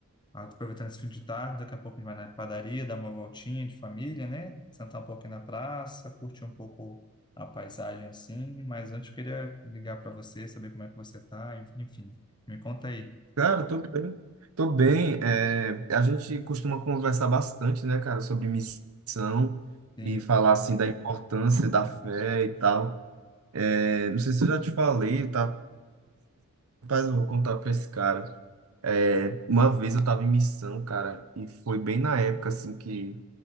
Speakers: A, on the left; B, on the right.
A: aproveitando esse fim de tarde. Daqui a pouco a gente vai na padaria, dar uma voltinha de família, né? Sentar um pouquinho na praça, curtir um pouco a paisagem assim. Mas antes eu queria ligar para você, saber como é que você tá. Enfim, me conta aí.
B: Cara, tô bem. Tô bem. É, a gente costuma conversar bastante, né, cara, sobre missão
A: Sim.
B: e falar, assim, da importância da fé e tal. É, não sei se eu já te falei, tá? Rapaz, eu vou contar pra esse cara. É, uma vez eu tava em missão, cara, e foi bem na época, assim, que